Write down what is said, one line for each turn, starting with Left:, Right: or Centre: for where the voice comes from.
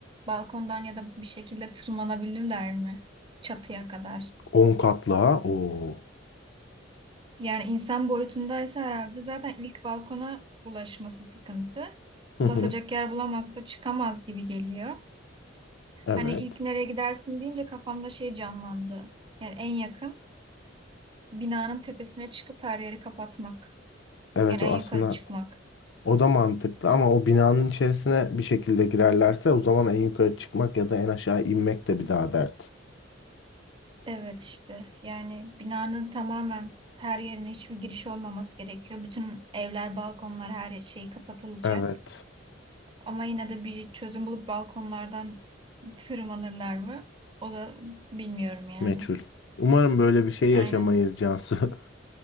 Right: balkondan ya da bir şekilde tırmanabilirler mi? Çatıya kadar.
Left: 10 katlı ha. Oo.
Right: Yani insan boyutundaysa herhalde zaten ilk balkona ulaşması sıkıntı.
Left: Hı
Right: Basacak
Left: hı.
Right: yer bulamazsa çıkamaz gibi geliyor.
Left: Evet.
Right: Hani ilk nereye gidersin deyince kafamda şey canlandı. Yani en yakın binanın tepesine çıkıp her yeri kapatmak.
Left: Evet
Right: Yani
Left: o
Right: en yukarı
Left: aslında
Right: çıkmak.
Left: O da mantıklı ama o binanın içerisine bir şekilde girerlerse o zaman en yukarı çıkmak ya da en aşağı inmek de bir daha dert.
Right: Evet işte yani binanın tamamen her yerine hiçbir giriş olmaması gerekiyor. Bütün evler, balkonlar her şey kapatılacak.
Left: Evet.
Right: Ama yine de bir çözüm bulup balkonlardan tırmanırlar mı? O da bilmiyorum yani.
Left: Meçhul. Umarım böyle bir şey yaşamayız
Right: Aynen.
Left: Cansu. <laughs>